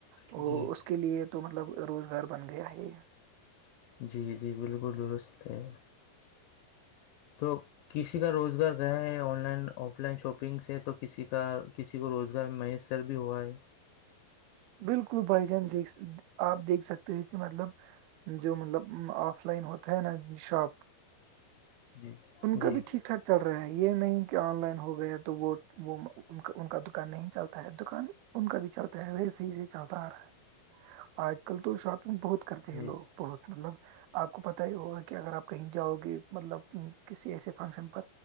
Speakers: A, on the right (about 80°); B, on the left (about 80°).
A: وہ
B: جی
A: اس کے لیے تو مطلب روزگار بن گیا ہے یہ
B: جی جی بالکل درست ہے تو کسی کا روزگار گیا ہے online offline shopping سے تو کسی کا کسی کو روزگار میں محس ر بھی ہوا ہے
A: بالکل بھائی جان دیکھ س آپ دیکھ سکتے ہیں کہ مطلب جو مطلب آف لائن ہوتا ہے نا شاپ
B: جی
A: ان
B: جی
A: کا بھی ٹھیک ٹھاک چل رہا ہے یہ نہیں کہ آن لائن ہو گیا تو وہ وہ کا ان کا دکان نہیں چلتا ہے دکان ان کا بھی چرتا ہے وی صحیح سے چلتا آ رہا ہے آج کل تو سات بہت کرتے
B: جی
A: ہیں لوگ بہت مطلب آپ کو پتہ ہی ہوگا کہ اگر آپ کہیں جاؤ گے مطلب کسی ایسے فنگشن پر